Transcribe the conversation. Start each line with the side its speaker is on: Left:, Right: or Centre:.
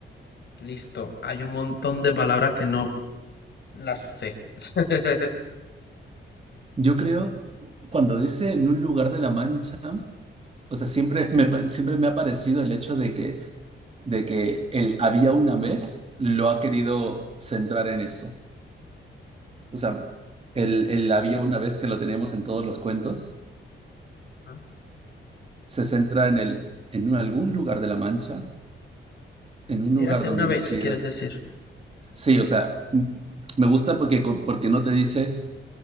Left: Listo, hay un montón de palabras que no las sé. <laughs>
Right: Yo creo, cuando dice en un lugar de la Mancha, o sea, siempre me, pa- siempre me ha parecido el hecho de que, de que el había una vez lo ha querido centrar en eso. O sea, el, el había una vez que lo tenemos en todos los cuentos,
Left: Ajá.
Right: se centra en el, en un- algún lugar de la Mancha, en un lugar
Left: Érase
Right: donde
Left: una vez,
Right: no quiero.
Left: quieres decir.
Right: Sí, o sea, m- me gusta porque, co- porque no te dice